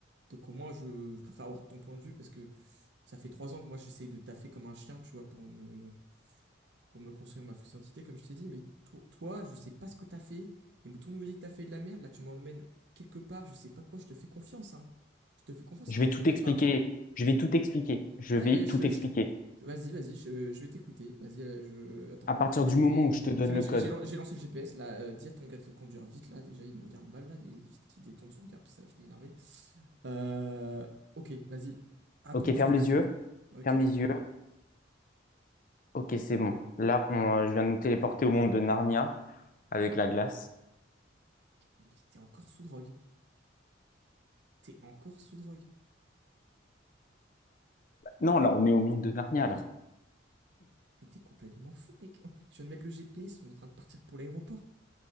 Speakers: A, on the right (about 65°); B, on the left (about 45°).
A: Donc au moins, je, je préfère avoir ton point de vue, parce que ça fait trois ans que moi, j'essaye de taffer comme un chien, tu vois, pour me, pour me construire ma fausse identité, comme je t'ai dit, mais to- toi, je sais pas ce que t'as fait, mais tout le monde me dit que t'as fait de la merde, là tu m'emmènes quelque part, je sais pas quoi, je te fais confiance, hein. Je te fais confiance
B: Je
A: alors
B: vais
A: que
B: tout
A: je devrais
B: expliquer.
A: pas, hein.
B: Je vais
A: Mm.
B: tout expliquer. Je
A: Ah,
B: vais
A: euh, je
B: tout
A: te-
B: expliquer.
A: je te- je- Vas-y, vas-y, je, je vais t'écouter. Vas-y, euh, je... Attends,
B: À partir
A: hop.
B: du
A: et-
B: moment où
A: et-
B: je te donne
A: C'est bon,
B: le
A: j'ai
B: code.
A: j'ai lan- j'ai lancé le GPS, là. euh, dis à ton gars de conduire vite, là. Déjà, il me regarde mal, là. Et vite qu'il détourne son regard, parce que ça va vite m'énerver. Euh, Ok, vas-y. Raconte-moi
B: OK, ferme
A: ce que t'as
B: les
A: fait.
B: yeux.
A: Ok,
B: Ferme
A: je vais
B: les
A: faire.
B: yeux. OK, c'est bon. Là, on, euh, je viens de nous téléporter au monde de Narnia avec la glace.
A: Mais t'es encore sous drogue. T'es encore sous drogue.
B: Non, là, on est au monde de Narnia, là.
A: Mais t'es complètement fou, mec. Je viens de mettre le GPS, on est en train de partir pour l'aéroport.